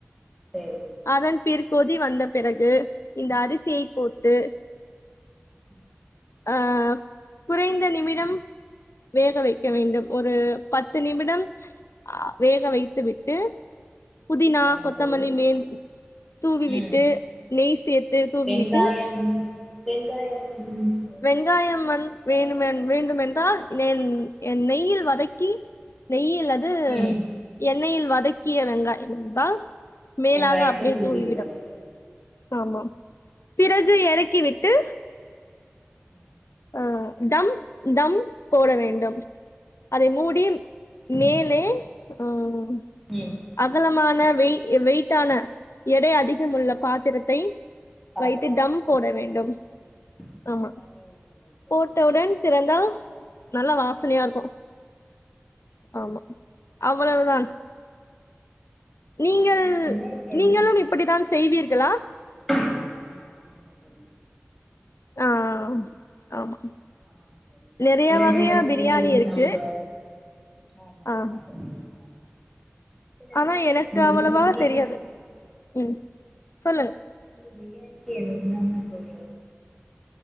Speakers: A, in the centre; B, on the left (about 80°).
A: சரிங்க தோழி
B: அதன் பிற கொதி வந்த பிறகு இந்த அரிசியை போட்டு
A: உம்
B: அஹ் குறைந்த நிமிடம் வேக வைக்க வேண்டும் ஒரு பத்து நிமிடம் அ வேக வைத்து விட்டு புதினா
A: சரிங்க
B: கொத்தமல்லி
A: தோழி
B: மேல் தூவிவிட்டு
A: ம்
B: நெய் சேர்த்து தூவ்விட்டு
A: வெங்காயம் வெங்காயம் போடுவீங்களா
B: வெங்காயம்
A: தோழி
B: வந்து
A: வெங்காயம்
B: வேணு வேண்டுமென் தான் என் நெய்யில் வதக்கி நெய்யின் அல்லது
A: ம்
B: எண்ணெயில் வ வதக்கியா வெங்காயம் தான் மேலாக
A: வெங்காயத்தை
B: அப்டியே
A: தூவி
B: தூவிவிடம்
A: விட வேண்டும்
B: ஆமாம் பிறகு எறக்கி விட்டு
A: உம்
B: அஹ் தம் தம் போட வேண்டும் அதை மூடி
A: சரிங்க தோழி சரிங்க
B: மேலே
A: தோழி
B: ஆஹ்
A: ம்
B: அகலமான வெய் வெயிட்டான எடை அதிகமுள்ளப் பாத்திரத்தை
A: பாத்திரத்தில்
B: வைத்து டம்
A: தண்ணி
B: போட வேண்டும்
A: ஊற்றி
B: ஆமா
A: தண்ணி ஊற்றி வைத்து
B: போட்டவுடன்
A: தம் போட வேண்டும்
B: திறந்தா நல்ல வாசனையாருக்கு ஆமா
A: சரிங்க
B: அவ்வளவுதான்
A: தோழி சரிங்க
B: நீங்கள்
A: வேறு பிள்ளைகளுக்கு
B: நீங்களும் இப்படிதான் செய்வீர்களா
A: ஆஹ் ஆமாங்க தோழி
B: ஆஹ் ஆமா
A: ஆமாங்க தோழி
B: நிறையா
A: சில
B: வகையா
A: நேரத்தில்
B: பிரியாணி இருக்கு
A: நம்ப ஆமாங்க
B: ஆஹ்
A: தோழி ஆமாங்க சில
B: ஆனா
A: இந்த
B: எனக்கு
A: பிரியாணிக்கு
B: அவ்வளவா தெரியாது உம் சொல்லுங்
A: பிரியாணிக்கி என்னென்ன தேவை